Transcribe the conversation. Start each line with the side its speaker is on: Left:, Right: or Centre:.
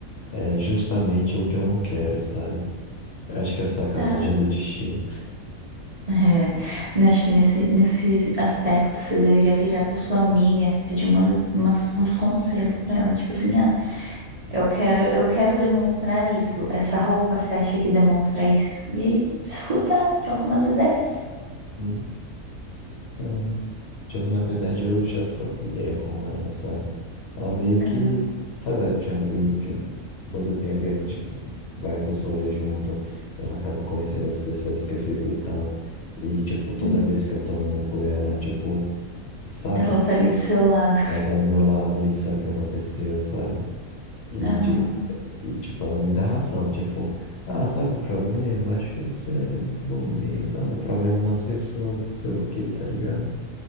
Left: é justamente o que eu não quero, sabe? Eu acho que é sacanagem
Right: Tá.
Left: do destino.
Right: É, né, acho que nesse, nesse aspecto você deveria virar pra sua amiga, pedir umas, umas- uns conselhos pra ela. Tipo assim, ah, Eu quero, eu quero demonstrar isso. Essa roupa, você acha que demonstra isso? E aí, escuta ela, troca umas ideias.
Left: Hum. É. Tipo, na verdade eu já troco ideia com ela, sabe? Ela meio
Right: Ah,
Left: que, sabe, ela tinha amigo de um, muito tempo e a gente vai pros rolês junto. Ela acaba conhecendo as pessoas que eu fico e tal. E, tipo, toda
Right: hum.
Left: vez que eu tomo no cu ela, tipo. sabe?
Right: Ela tá ali do seu lado.
Left: Ela tá do meu lado e sabe o que aconteceu, sabe? E
Right: Aham.
Left: tipo, e, tipo ela me dá razão, tipo, ah, sabe o problema? Acho que você é muito bonzinho, não, o problema é das pessoas, não sei o quê, tá ligado?